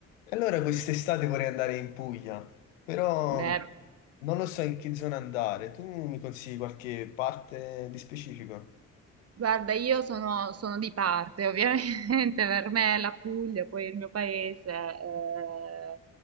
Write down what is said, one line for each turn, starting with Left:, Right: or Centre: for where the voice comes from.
Left: E Allora quest'estate vorrei andare in Puglia, però
Right: Beh,
Left: non lo so in che zona andare. Tu mi consigli qualche parte di specifico?
Right: guarda, io sono, sono di parte, ovviamente, <laughs> per me la Puglia, poi il mio paese. eh,